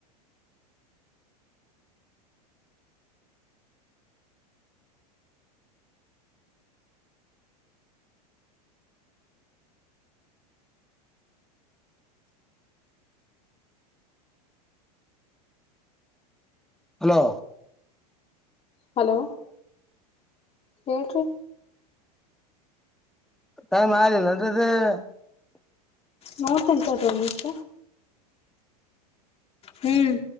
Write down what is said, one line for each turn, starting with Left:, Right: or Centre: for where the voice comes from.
Centre: ಹಲೋ
Left: ಹಲೋ ಹೇಳ್ರಿ
Centre: ಟೈಮ ಆಗ್ಲಿ ನಂದು <unintelligible>
Left: ನೋಡ್ತೀನ್ ತಾಳ್ರು ಒಂದ್ ನಿಮಿಷ ಹ್ಮ್